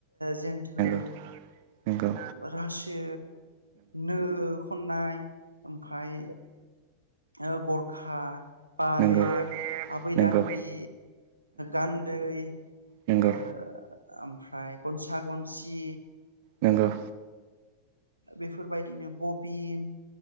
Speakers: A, on the right; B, on the right.
A: जेन्थोर
B: नंगौ नंगौ
A: रासो नो खननाय ओमफाय ओ गरखा बालेब,
B: नंगौ
A: आबैदांगि,
B: नंगौ
A: गान्दै,
B: नोंगौ।
A: ओ ओमफ्राय गनसा गनसि,
B: नोंगो।
A: बेफोरबायदिनो बबिन,